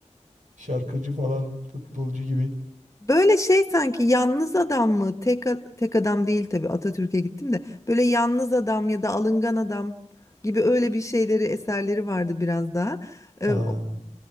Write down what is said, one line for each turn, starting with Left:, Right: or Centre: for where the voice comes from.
Right: şarkıcı falan, futbolcu gibi.
Left: Böyle şey sanki yalnız adam mı? Tek a- tek adam değil tabii. Atatürk'e gittim de. Böyle yalnız adam ya da alıngan adam gibi öyle bir şeyleri eserleri vardı biraz daha. Ee,
Right: Ha.